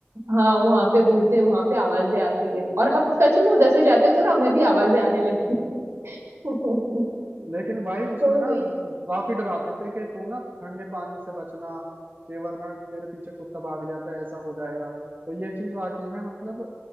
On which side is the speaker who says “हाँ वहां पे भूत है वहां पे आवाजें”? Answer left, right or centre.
Right